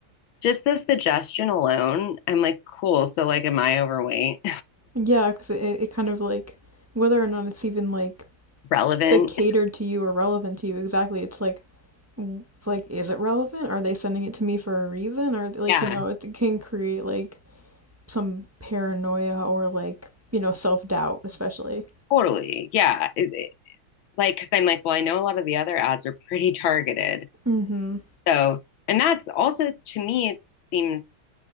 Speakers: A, on the left; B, on the right.
A: just the suggestion alone. I'm like, cool. So like, am I overweight?
B: yeah, because it it kind of like whether or not it's even like
A: <laughs> Relevant?
B: like catered to you or relevant to you exactly, it's like w- like is it relevant? Are they sending it to me for a reason? Or like,
A: Yeah,
B: you know, it can create like some paranoia or like, you know, self-doubt especially.
A: totally. Yeah. It- it- like, because I'm like, well, I know a lot of the other ads are pretty targeted.
B: Mm-hmm.
A: So, and that's also to me, it seems